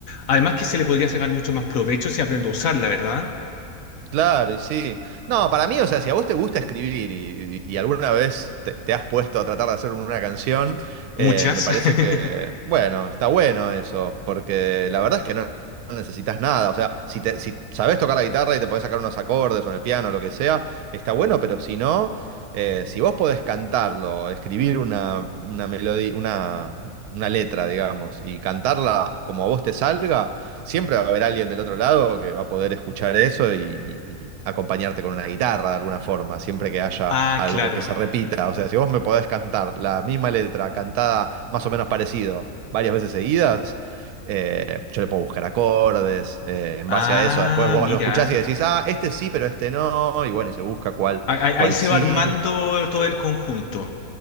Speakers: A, on the left; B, on the right.
A: Además que se le podría sacar mucho más provecho si aprendo a usarla, ¿verdad?
B: Claro, y sí. No, para mí, o sea, si a vos te gusta escribir y, y- y alguna vez te, te has puesto a tratar de hacer una canción, eh,
A: Muchas.
B: me parece
A: <laughs>
B: que, bueno, está bueno eso, porque la verdad es que no, no necesitas nada. O sea, si, te, si sabés tocar la guitarra y te podés sacar unos acordes o en el piano, lo que sea, está bueno, pero si no, eh, si vos podés cantarlo, escribir una, una melodía, una, una letra, digamos, y cantarla como a vos te salga siempre va a haber alguien del otro lado que va a poder escuchar eso y, y acompañarte con una guitarra de alguna forma, siempre que haya
A: Ah,
B: algo
A: claro.
B: que se repita. O sea, si vos me podés cantar la misma letra cantada más o menos parecido varias veces seguidas, eh, yo le puedo buscar acordes, eh, en
A: Ah,
B: base a eso después vos
A: mira.
B: lo escuchás y decís, ah, este sí, pero este no, y bueno, y se busca cuál,
A: Ahí, ahí-
B: cuál
A: ahí se
B: sí.
A: va armando todo el conjunto.